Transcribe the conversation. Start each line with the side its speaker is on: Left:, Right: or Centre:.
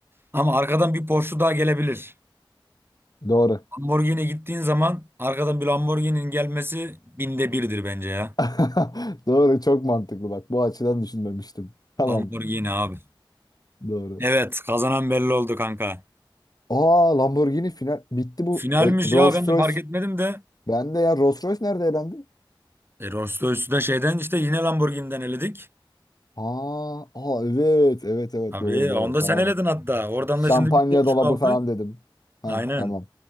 Right: Ama arkadan bir Porsche daha gelebilir.
Left: Doğru.
Right: Lamborghini gittiğin zaman arkadan bir Lamborghini'nin gelmesi binde birdir bence ya.
Left: <laughs> Doğru, çok mantıklı bak. Bu açıdan düşünmemiştim. Tamam,
Right: Lamborghini abi.
Left: doğru.
Right: Evet kazanan belli oldu kanka.
Left: Aa Lamborghini final bitti bu.
Right: Finalmiş
Left: E, Rolls
Right: ya ben de
Left: Royce.
Right: fark etmedim de.
Left: Ben de ya Rolls Royce nerede elendi?
Right: E, Rolls Royce'u da şeyden işte yine Lamborghini'den eledik.
Left: Ha, aa, evet evet evet
Right: Abi
Left: doğru doğru
Right: onu da
Left: tamam.
Right: sen eledin hatta. Oradan
Left: Şampanya
Right: da şimdi bir Porsche
Left: dolabı
Right: kaldı.
Left: falan dedim. Ha
Right: Aynen.
Left: tamam